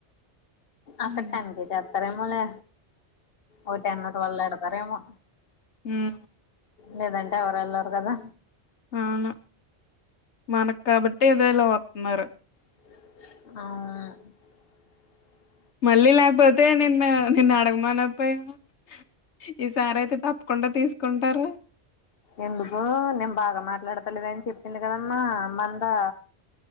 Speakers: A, on the left; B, on the left.
A: అకట్టానికి
B: హ్మ్.
A: చెత్రమోనే ఓ టెన్ టవ్వేల్ ఎడతారేమో
B: ఉహ్
A: లేదంటే ఎవర్ ఏళ్లర్ గదా
B: అవును మనకు కాబట్టి ఏదో ఇలా వంతున్నారు.
A: అవు
B: మళ్ళీ లేకపోతే నీను నిన్ను అడగమన్నా పోయిరు. ఈ సారి అయితే తప్పకుండా తీసుకుంటారో
A: ఎందుకు నేన్ బాగా మాట్లాడతలేద్ అని చెప్పింది కదమ్మా మందా